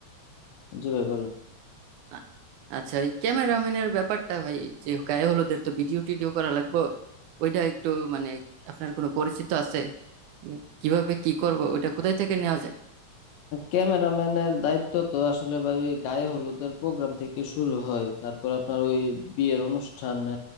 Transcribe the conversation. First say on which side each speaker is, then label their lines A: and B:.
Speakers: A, on the left; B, on the right.
A: জি ভাই বলেন
B: আ- আচ্ছা ওই ক্যামেরাম্যানের ব্যাপারটা ভাই যে গায়ে হলুদের তো ভিডিও টিডিও করা লাগবে ওইটা একটু মানে আপনার কোনো পরিচিত আছে মানে কিভাবে কি করব ওইটা কোথায় থেকে নেওয়া যায়
A: ক্যামেরাম্যানের দায়িত্ব তো আসলে ভাই ওই গায়ে হলুদের প্রোগ্রাম থেকে শুরু হয় তারপর আপনার ওই বিয়ের অনুষ্ঠানে